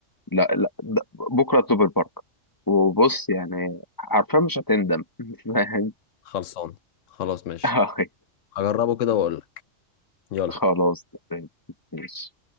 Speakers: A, on the left; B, on the left.
A: لا لا ده- بكره اطلب البركه وبص يعني عارفة مش هتندم <laughs> فاهم
B: خلصان خلاص ماشي
A: آه،
B: هجربه كده واقول لك يلا
A: خلاص تمام. ماشي